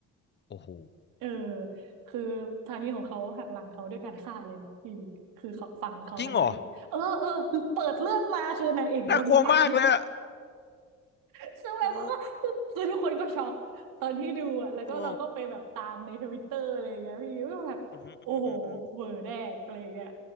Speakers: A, on the left (about 35°); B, on the right (about 90°).
A: โอ้โห
B: เออคือสามีของเขาหักหลังเขาด้วยการฆ่าเลยนะพี่คือเขาฝังเขาทั้งเป็นเออเออเปิดเรื่องมาคือนางเอกโดนฝัง
A: จริงเหรอน่ากลัวมากเลยอะ
B: คือแบบ
A: โอ้
B: <laughs> คือทุกคนก็ช็อกตอนที่ดูอ่ะแล้วก็เราก็ไปแบบตามในทวิตเตอร์อะไรอย่างเงี้ยพี่ว่าแบบโอ้โหเวอร์แดกอะไรอย่างเงี้ย
A: โอ้อืมอืมอืมอืม